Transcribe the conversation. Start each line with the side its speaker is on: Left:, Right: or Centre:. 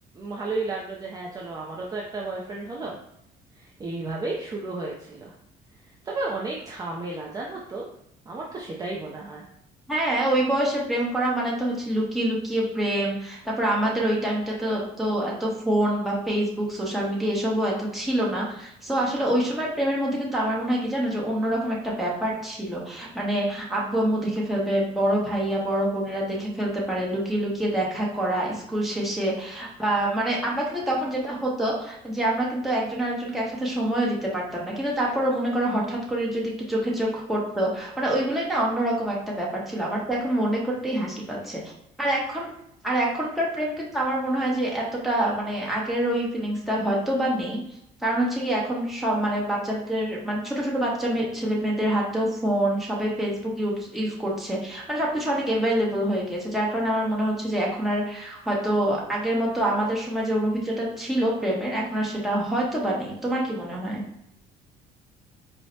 Right: ভালোই লাগলো যে হ্যাঁ চলো আমারও তো একটা বয়ফ্রেন্ড হলো এইভাবেই শুরু হয়েছিল তবে অনেক ঝামেলা জানো তো আমার তো সেটাই মনে হয়
Centre: হ্যাঁ ওই বয়সে প্রেম করা মানে তো হচ্ছে লুকিয়ে লুকিয়ে প্রেম তারপর আমাদের ওই টাইমটা তো তো এত ফোন বা ফেসবুক সোশ্যাল মিডিয়া এসবও এত ছিল না তো আসলে ওই সময় প্রেমের মধ্যে কিন্তু আমার মনে হয় কি জানো যে অন্যরকম একটা ব্যাপার ছিল মানে আব্বু আম্মু দেখে ফেলবে বড় ভাইয়া বড় বোনেরা দেখে ফেলতে পারে লুকিয়ে লুকিয়ে দেখা করা স্কুল শেষে বা মানে আমরা কিন্তু তখন যেটা হতো যে আমরা কিন্তু একজন আরেকজনকে একসাথে সময়ও দিতে পারতাম না কিন্তু তারপরও মনে করো হঠাৎ করে যদি একটু চোখে চোখ পড়তো মানে ওইগুলোই না অন্যরকম একটা ব্যাপার ছিল আমার তো এখন মনে করতেই হাসি পাচ্ছে আর এখন আর এখনকার প্রেম কিন্তু আমার মনে হয় যে এতটা মানে আগের ওই ফিলিংসটা হয়তো বা নেই কারণ হচ্ছে কি এখন সব মানে বাচ্চাদের মানে ছোট ছোট বাচ্চা মেয়ে- ছেলে মেয়েদের হাতেও ফোন সবাই ফেসবুক ইউজ ইউজ করছে মানে সবকিছু অনেক অ্যাভেলেবল হয়ে গেছে যার কারণে আমার মনে হচ্ছে যে এখন আর হয়তো আগের মতো আমাদের সময় যে অনুভূতিটা ছিল প্রেমের এখন আর সেটা হয়তো বা নেই তোমার কি মনে হয়